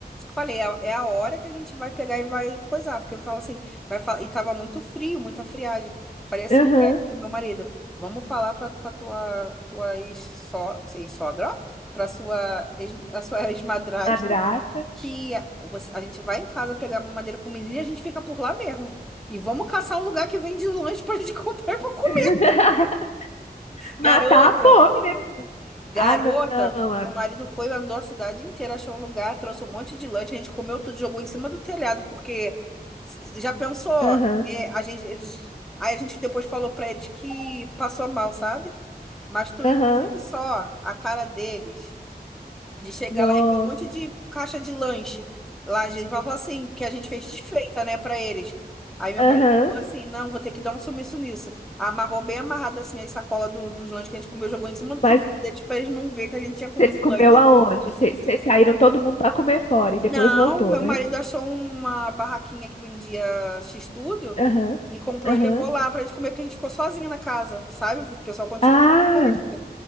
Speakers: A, in the centre; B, on the left.
A: falei, é, a é a hora que a gente vai pegar e vai coisar, porque eu falo assim, vai fa- e tava muito frio, muita friagem. Falei assim,
B: Aham.
A: é, pro meu marido, vamos falar pra, pra tua, tua ex-so- ex-sogra, ó, pra sua, ex, a sua ex-madrasta,
B: Madrasta.
A: que a, você- a gente vai em casa pegar uma madeira pro menino e a gente fica por lá mesmo. E vamos caçar um lugar que vende lanche pra gente <laughs> comprar e pra comer.
B: <laughs> Matar
A: Garota!
B: a fome, né?
A: Garota,
B: Ah, não. ah,
A: meu marido foi, andou a cidade inteira, achou um lugar, trouxe um monte de lanche, a gente comeu tudo, jogou em cima do telhado, porque se- já pensou,
B: Aham,
A: é, a gente, eles, aí a gente depois falou pra eles que passou mal, sabe? Mas tu
B: aham.
A: imagina só a cara deles. De chegar
B: Nossa.
A: lá e ver um monte de caixa de lanche. Lá a gente vai falar assim, que a gente fez desfeita, né, pra eles. Aí meu
B: Aham.
A: marido falou assim, não, vou ter que dar um sumiço nisso. Amarrou bem amarrado assim a sacola do- dos lanches que a gente comeu, jogou em cima do
B: Mas
A: telhado deles pra eles não ver que a gente tinha comido
B: vocês comeu
A: lanche.
B: aonde? Vocês vocês saíram todo mundo pra comer fora e depois
A: Não,
B: voltou,
A: meu
B: né?
A: marido achou uma barraquinha que vendia x-tudo
B: Aham,
A: e comprou
B: aham.
A: e levou lá pra gente comer, porque a gente ficou sozinha na casa, sabe? O pessoal continuou
B: Ah,
A: na festa.